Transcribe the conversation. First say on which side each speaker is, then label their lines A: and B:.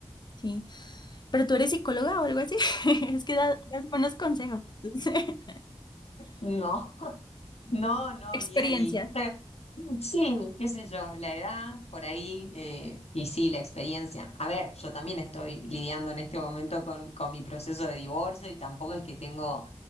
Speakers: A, on the left (about 45°); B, on the left (about 75°).
A: Sí. Pero tú eres psicóloga o algo así. <laughs> Es que da- das buenos consejos. <laughs>
B: No. No, no,
A: Experiencia.
B: ni ahí. Pero, Sí, qué sé yo, la edad por ahí eh, y sí, la experiencia. A ver, yo también estoy lidiando en este momento con, con mi proceso de divorcio y tampoco es que tengo